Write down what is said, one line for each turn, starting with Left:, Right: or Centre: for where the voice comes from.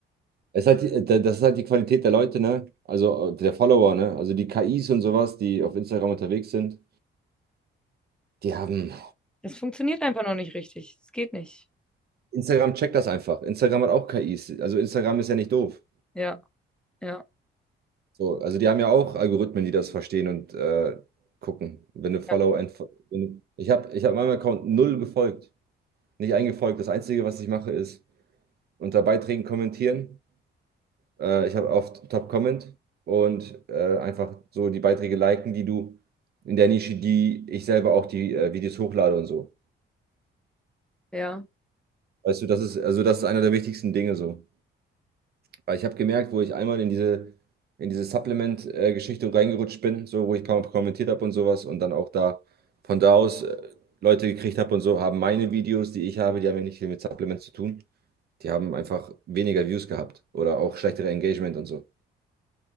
Right: Es ist halt, die- da- das ist halt die Qualität der Leute, ne? Also äh, der Follower, ne? Also die KIs und sowas, die auf Instagram unterwegs sind, die haben.
Centre: Das funktioniert einfach noch nicht richtig. Es geht nicht.
Right: Instagram checkt das einfach. Instagram hat auch KIs. Also Instagram ist ja nicht doof.
Centre: Ja, ja,
Right: So, also die haben ja auch Algorithmen, die das verstehen und äh, gucken. Wenn du Follow,
Centre: ja,
Right: entfo- wenn du, ich habe ich hab meinem Account null gefolgt, nicht eingefolgt. Das Einzige, was ich mache, ist unter Beiträgen kommentieren. Äh, ich habe auf Top Comment und äh, einfach so die Beiträge liken, die du in der Nische, die ich selber auch die äh, Videos hochlade und so.
Centre: ja,
Right: Weißt du, das ist also das ist einer der wichtigsten Dinge so. Weil ich habe gemerkt, wo ich einmal in diese, in diese Supplement-Geschichte reingerutscht bin, so wo ich ein paar Mal kommentiert habe und sowas und dann auch da von da aus äh, Leute gekriegt habe und so, haben meine Videos, die ich habe, die haben ja nicht viel mit Supplements zu tun. Die haben einfach weniger Views gehabt oder auch schlechtere Engagement und so.